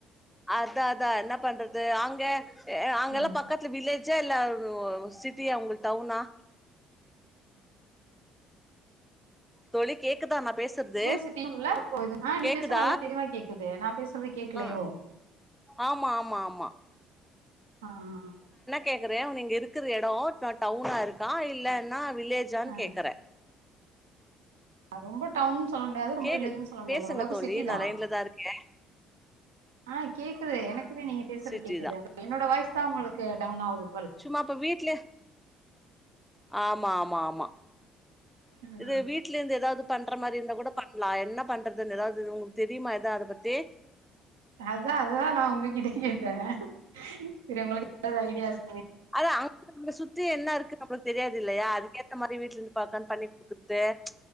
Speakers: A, in the centre; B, on the right.
A: அதான் அதான் என்ன பண்றது ஆங்க அங்கெல்லாம்
B: ம்
A: பக்கத்துல வில்லேஜ் ஜா இல்ல சிட்டியா உங்களுக்கு டவுனா தோழி கேக்குதா நா பேசுறது
B: <unintelligible> நீ
A: கேக்குதா
B: பேசுற நல்லா தெளிவா கேக்குது நான் பேசுறது கேக்கலையோ
A: ஆ ஆமா ஆமா ஆமா
B: ஆஹ்
A: கேக்குறேன்ன நீங்க இருக்கிற இடம் டவுனா இருக்கான் இல்லன்னா வில்லேஜான்னு
B: ஆ
A: கேக்றேன்
B: ரொம்ப டவுன்னு சொல்ல முடியாது ரொம்ப
A: கேக்கு
B: வில்ஜென்னு சொல்ல முடியாது
A: பேசுங்க
B: அளவுக்கு
A: தோழி
B: சிட்டி
A: நா
B: தான்
A: லைன்ல தா இருக்கே
B: ஆஹ் கேக்குது எனக்கு நீங்க பேசுறது
A: சிட்டி
B: கேக்குது என்னோட வாயிசு தான் உங்களுக்கு டம்னாவது
A: சும்மாப்ப வீட்டு்ல ஆமா ஆமா ஆமா
B: ம்
A: இது வீட்ல இருந்து ஏதாவது பண்ற மாதிரி இருந்தா கூட பண்ணலாம் என்ன பண்றதுன்னு ஏதாவது உங்களுக்கு தெரியுமா ஏதாவது அத பத்தி
B: அதான் அதுதான் நான் உங்ககிட்ட கேட்டேன் செரி உங்களுக்கு எதாது ஐடியாஸ்
A: அத அங்க சுத்தி என்ன இருக் நம்மளுக்கு தெரியாதுல்லையா அதுகேத்த மாதிரி வீட்ல இருந்து பாக்கலானு பண்ணி <unintelligible>